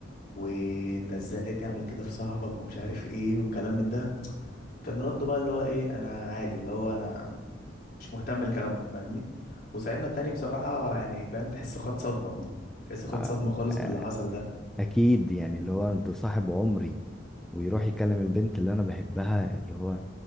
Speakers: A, on the left; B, in the centre.
A: وانت ازاي تعمل كده في صاحبك ومش عارف ايه والكلام من ده كان رده بقى اللي هو ايه انا عادي اللي هو انا مش مهتم لكلامكم فاهمني وصاحبنا التاني بصراحة يعني فاهم تحسه خد صدمة تحسه خد
B: آه.
A: صدمة خالص
B: آه،
A: من اللي حصل ده
B: اكيد يعني اللي هو ده صاحب عمري ويروح يكلم البنت اللي انا بحبها اللي هو